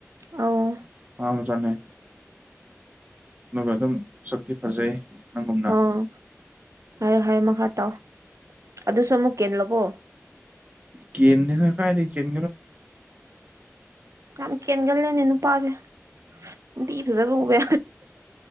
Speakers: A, on the right; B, on the right.
A: ꯑ
B: ꯑꯝꯖꯅꯦ ꯑꯗꯨꯒ ꯑꯗꯨꯝ ꯁꯛꯇꯤ ꯐꯖꯩ ꯅꯪꯒꯨꯝꯅ
A: ꯑꯣ ꯍꯥꯏꯣ ꯍꯥꯏꯨ ꯃꯈꯥ ꯇꯥ ꯑꯗꯨꯁꯨ ꯑꯃꯨꯛ ꯀꯦꯜꯂꯕꯣ
B: ꯀꯦꯟ꯭ꯔ ꯁꯔ ꯀꯥꯏ ꯂꯩ ꯀꯦꯟ
A: ꯌꯥꯝ ꯀꯦꯟꯒꯜꯂꯦꯅꯦ ꯅꯨꯄꯥꯁꯦ ꯅꯨꯄꯤ ꯐꯖꯕ ꯎꯕ